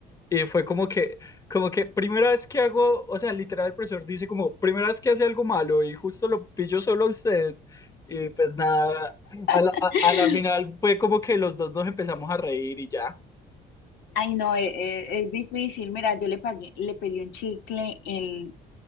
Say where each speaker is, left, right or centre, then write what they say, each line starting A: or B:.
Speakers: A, on the left; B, on the left.
A: Y fue como que, como que primera vez que hago, o sea, literal el profesor dice como, primera vez que hace algo malo y justo lo pillo solo a usted. Y pues nada, a
B: <laughs>
A: la, a a la final fue como que los dos nos empezamos a reír y ya.
B: Ay, no, eh, eh, es, difícil. Mira, yo le, pagué, le pegué un chicle en,